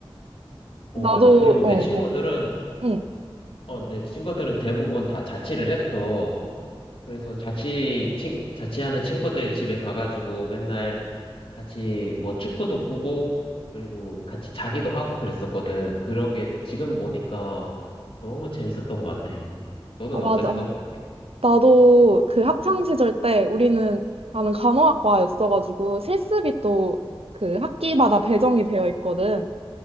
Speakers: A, on the left (about 70°); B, on the right (about 90°).
A: 어,
B: 나도,
A: 맞아. 그리고
B: 어,
A: 내 친구들은
B: 어, 응.
A: 어, 내 친구들은 대부분 다 자취를 했어. 그래서 자취, 친, 자취하는 친구들 집에 가가지고 맨날 같이 뭐 축구도 보고, 그리고 같이 자기도 하고 그랬었거든. 그런 게 지금 보니까 너무 재밌었던 것 같아. 너는
B: 아, 맞아.
A: 어땠어?
B: 나도 그 학창 시절 때 우리는, 나는 간호학과였어가지고 실습이 또 그 학기마다 배정이 되어 있거든.